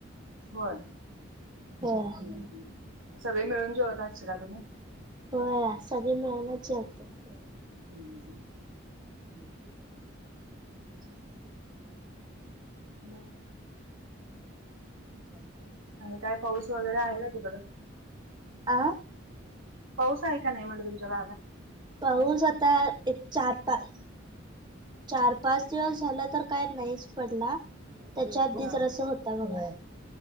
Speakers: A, on the right; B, on the right.
A: होय हम
B: होय.
A: हम सगळी मिळून जेवत आसशिला तुम्ही
B: व्हय सगळी मिळुनच जेवतोय
A: हम हम
B: <unintelligible>
A: नाय <unintelligible>
B: तीन चार <inaudible>
A: आणि काय पाऊस वगैरे आहे काय तिकडं?
B: आ
A: पाऊस आहे का नाही म्हटलं तुमच्या गावाला
B: पाऊस आता एक चार पाच चार पाच दिवस झाला तर काय नाहीच पडला त्याच्या आधी
A: हा
B: जरास होता बघा